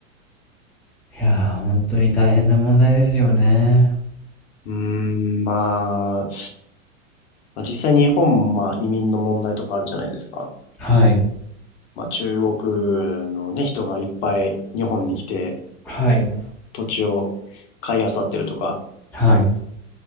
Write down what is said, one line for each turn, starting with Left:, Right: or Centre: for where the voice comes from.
Centre: ー。いやー、ほんに大変な問題ですよね。
Left: うーん、まあ、まあ、実際日本もまあ移民の問題とかあるじゃないですか。
Centre: はい。
Left: まあ、中国のね、人がいっぱい日本に来て
Centre: はい。
Left: 土地を買い漁ってるとか、
Centre: はい。